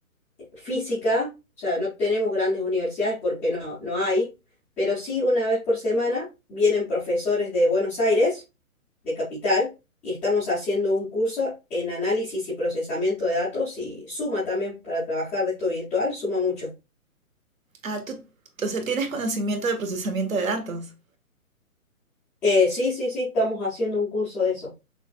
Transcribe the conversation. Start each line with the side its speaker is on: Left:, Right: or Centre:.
Centre: física, o sea, no tenemos grandes universidades porque no, no hay, pero sí una vez por semana vienen profesores de Buenos Aires de Capital y estamos haciendo un curso en análisis y procesamiento de datos y suma también para trabajar de esto virtual, suma mucho.
Right: Ah, tú, o sea, tienes conocimiento de procesamiento de datos.
Centre: Eh, sí, sí, sí, estamos haciendo un curso de eso.